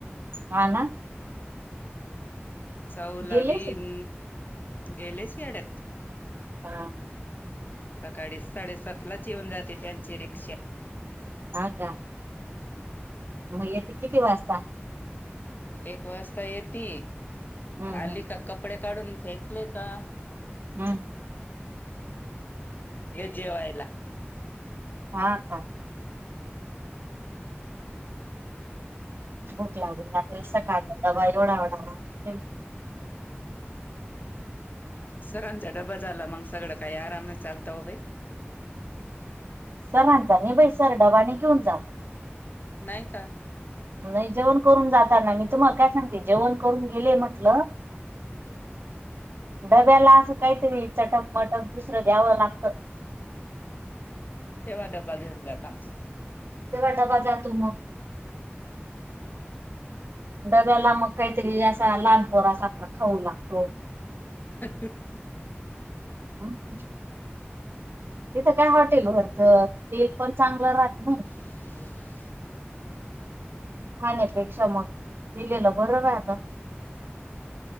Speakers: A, on the right (about 60°); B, on the left (about 45°).
A: हा ना
B: सवलवीन
A: गेले
B: गेले शि याड्यात
A: हा
B: सकाळी साडेसात लाच येऊन जाते बॅनची रिक्षा
A: ह का मग येथे किती वाजता
B: एक वाजता येतती
A: हम्म
B: आली
A: हम्म
B: का कपडे काढून फेक का
A: हम्म
B: जेवायला
A: हा हा भूक लागून जातेल सकाळचा दवा एवढा ढा राल
B: सरांचा डबा झाला मग सगळं काही आरामने चालतं बा
A: सर्ांचा नि बै सर डबानी घेऊन जात
B: नाही का?
A: नाही जेवण करून जाताना मी तुम्हाला काय सांगते जेवण करून गेले म्हटलं. डब्याला असं काहीतरी चटक मटक दुसरं द्यावं लागतं.
B: तेव्हा डबा घेऊन जात आमचा,
A: तेव्हा डबा जातो मग, डब्याला मग काहीतरी असा लहानपोरा अस खाऊ लागतो.
B: ह
A: हम तिथं काय हॉटेल भरत तेल पण चांगलं राहत नाही.
B: ह
A: खाण्यापेक्षा मग दिलेलं बरं का आता